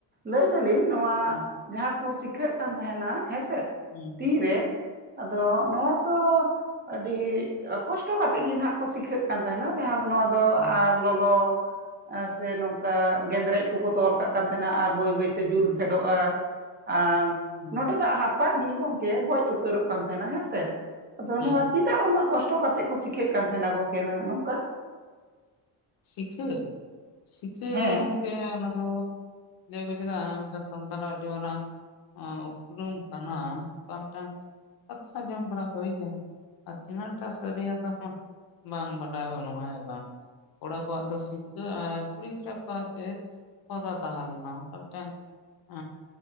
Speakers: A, on the right (about 25°); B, on the left (about 55°).
A: ᱞᱟᱹᱭ ᱫᱟᱞᱤᱧ ᱱᱚᱣᱟ
B: ᱦᱩᱸ
A: ᱡᱟᱦᱟᱸ ᱠᱚ ᱥᱤᱠᱷᱟᱹᱜ ᱠᱟᱱ ᱛᱟᱦᱮᱱᱟ ᱦᱮᱸᱥᱮ
B: ᱦᱩᱸ
A: ᱛᱤ ᱨᱮ ᱟᱫᱚ ᱱᱚᱣᱟ ᱛᱚ ᱟᱹᱰᱤ ᱠᱚᱥᱴᱚ ᱠᱟᱛᱮᱫ ᱜᱮ ᱱᱟᱦᱟᱜ ᱠᱚ ᱥᱤᱠᱷᱟᱹᱜ ᱠᱟᱱ ᱛᱟᱦᱮᱱᱟ ᱡᱟᱦᱟᱸ ᱫᱚ ᱱᱚᱣᱟ
B: ᱦᱩᱸ
A: ᱟᱨ ᱞᱚᱞᱚ ᱥᱮ ᱱᱚᱝᱠᱟ ᱜᱮᱸᱫᱽᱨᱮᱡ ᱠᱚᱠᱚ ᱛᱚᱞ ᱠᱟᱜ ᱠᱟᱱ ᱛᱟᱦᱮᱱᱟ ᱟᱨ ᱵᱟᱹᱭ ᱵᱟᱹᱭᱛᱮ ᱡᱩᱞ
B: ᱦᱩᱸ
A: ᱯᱷᱮᱰᱚᱜᱼᱟ ᱟᱨ
B: ᱦᱩᱸ
A: ᱱᱚᱰᱮᱱᱟᱜ ᱦᱟᱨ ᱛᱟ ᱜᱮ ᱜᱚᱝᱠᱮ ᱜᱚᱡ ᱩᱛᱟᱹᱨᱚᱜ ᱠᱟᱱᱟ ᱛᱟᱦᱮᱱᱟ ᱦᱮᱸᱥᱮ ᱟᱫᱚ ᱱᱚᱣᱟ
B: ᱦᱩᱸ
A: ᱪᱮ ᱛᱟ ᱩᱱᱟᱹᱜ ᱠᱚᱥᱴᱚ ᱠᱟᱛᱮᱜ ᱠᱚ ᱥᱤᱠᱷᱟᱹᱜ ᱠᱟᱱ ᱛᱟᱦᱮᱱᱟ ᱜᱚᱝᱠᱮ ᱱᱚᱝᱠᱟ?
B: ᱥᱤᱸᱠᱷᱟᱹ ᱥᱤᱠᱷᱟᱹ
A: ᱦᱮᱸ
B: ᱫᱚ ᱜᱚᱝᱠᱮ ᱚᱱᱟ ᱫᱚ ᱞᱟᱹᱭ ᱟᱠᱚ ᱪᱮᱛᱟ ᱥᱟᱱᱛᱟᱲ ᱟᱹᱰᱤ ᱢᱟᱨᱟᱝ ᱩᱯᱨᱩᱢ ᱠᱟᱱᱟ ᱚᱱᱠᱟ ᱢᱤᱫᱴᱟᱝ ᱠᱟᱛᱷᱟ ᱡᱚᱢ ᱵᱟᱲᱟ ᱦᱩᱭ ᱠᱟᱱᱟ᱾ ᱛᱤᱱᱟᱜ ᱴᱟᱜ ᱥᱚᱨᱟᱹᱨᱭᱟ ᱫᱚ ᱦᱟᱜ ᱵᱟᱝ ᱵᱟᱰᱟᱭ ᱵᱟᱹᱱᱩᱜᱼᱟ ᱦᱮᱸ ᱵᱟᱝ᱾ ᱠᱚᱲᱟ ᱠᱚᱣᱟᱜ ᱫᱚ ᱥᱤᱠᱷᱟᱹ ᱟᱨ ᱠᱩᱲᱤ ᱜᱤᱫᱽᱨᱟᱹ ᱠᱚᱣᱟᱜ ᱪᱮᱫ ᱠᱚᱫᱟ ᱛᱟᱦᱮᱸ ᱞᱮᱱᱟ ᱚᱱᱠᱟ ᱢᱤᱫᱴᱟᱝ ᱚ